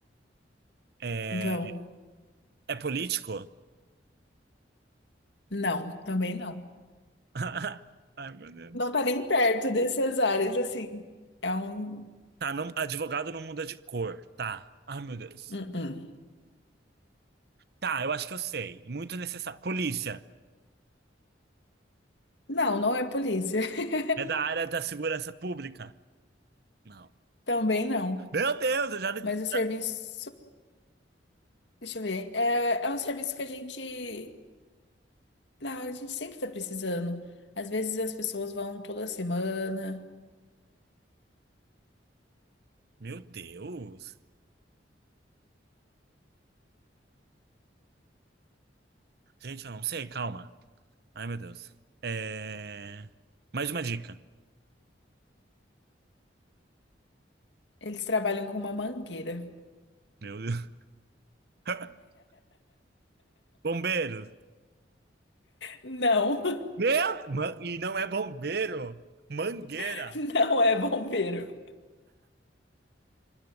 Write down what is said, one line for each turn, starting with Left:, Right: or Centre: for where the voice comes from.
Right: É,
Left: Vão.
Right: é político?
Left: Não, também não.
Right: <laughs> Ai, meu Deus.
Left: Não tá nem perto dessas áreas, assim. É um.
Right: Tá, não, advogado não muda de cor, tá. Ai, meu Deus.
Left: Uh-uh.
Right: Tá, eu acho que eu sei. Muito necessário. Polícia.
Left: Não, não é polícia. <laughs>
Right: É da área da segurança pública? Não.
Left: Também não.
Right: Meu Deus, eu já... já-
Left: Mas o serviço. Deixa eu ver. É, é um serviço que a gente. Não, a gente sempre tá precisando. Às vezes as pessoas vão toda semana.
Right: Meu Deus. Gente, eu não sei, calma. Ai, meu Deus. É... Mais uma dica.
Left: Eles trabalham com uma mangueira.
Right: Meu Deus. <laughs> Bombeiro.
Left: Não,
Right: Meu... Ma- E não é bombeiro. Mangueira.
Left: <laughs> não é bombeiro.